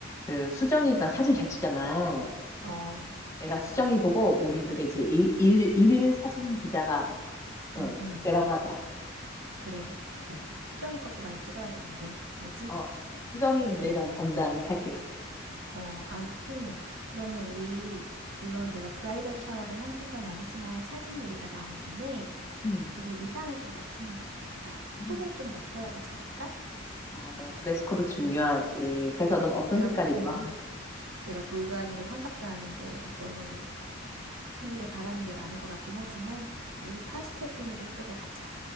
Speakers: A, on the left; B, on the right.
A: 그 수정이가 사진 잘 찍잖아.
B: 어,
A: 내가 수정이 보고 우리들의 이제 일, 일, 일일 사진 기자가 어,
B: 음, 음.
A: 되라고 하자.
B: 그래, 그래, 그래. 수정이 것도 많이 찍어야 돼, 근데. 알지?
A: 어, 수정이는 내가
B: 어,
A: 담당할게.
B: 어, 아무튼, 그러면 우리, 물론 내가 브라이덜 샤워를 하는 건 아니지만 사진 얘기가 나온 김에
A: 음.
B: 우리 의상을 좀 맞추는 게 좋겠다.
A: 음.
B: 톤을 좀 맞춰야 되지 않을까?
A: 맞아. 드레스 코드 중요하지.
B: 음.
A: 그래서 넌 어떤
B: 내가
A: 색깔이
B: 무슨,
A: 좋아?
B: 음, 내가 돌도 아니고 환갑도 아닌데 너무 생일에 바라는 게 많은 것 같긴 하지만 우리 파스텔 톤으로 이쁘게 가자.